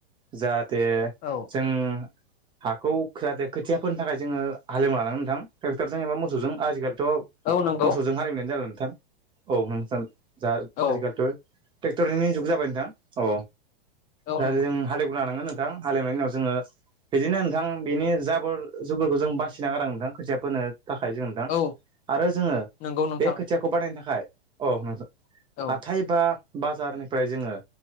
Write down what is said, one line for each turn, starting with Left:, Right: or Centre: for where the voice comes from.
Right: जाहाथे
Left: औ
Right: जों हाखौ जाहाथे खोथिया फोनो थाखाय जोङो हालेवा लानांगोन नोंथां ट्रेक्टरजों एबा मोसौजों आजिखालि थ'
Left: औ नंगौ
Right: मोसौजों हालएवनायानो जाला नोंथां औ नोंथां
Left: औ
Right: आजिखालिथ' ट्रेक्टरनि जुग जाबाय नोंथां औ
Left: औ
Right: दा
Left: नंगौ
Right: जों हाल लानांगोन नोंथां हालएवनायनि उनाव जोङो बिदिनो नोंथां बिनि जाबोर जुबुरफोरखौ जों बासिना गारनांगोन नोंथां खोथिया फोनो थाखाय जों नोंथां
Left: औ
Right: आरो जोङो
Left: नंगौ नोंथां
Right: बे खोथियाखौ बानायनो थाखाय औ नोंथां
Left: औ
Right: हाथाय बा बाजारनिफ्राय जोङो